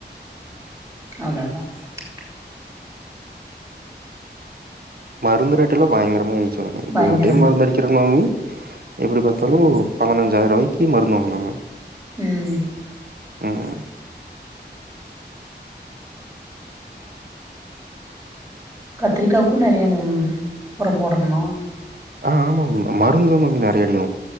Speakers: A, on the right (about 15°); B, on the right (about 55°).
A: <unintelligible>
B: மருந்து ரேட்டு எல்லாம் பயங்கரமா ஏறி ச இப்ப
A: பயங்கரமா
B: ஒரு டைம் மறந்து
A: இருக்கு
B: அடிக்கிறா மாமி எப்படி பார்த்தாலும்
A: ம்
B: பதினஞ்சாயிர ரூபாய்க் கீ மருந்து வாங்னாங்க
A: உம்
B: உஹ்
A: கத்திரிக்காவுக்கும் நிறைய உரம் போடணமா
B: ஆஹ் ஆமா மருங்தூத மாமி நிறைய அடிக்கணும்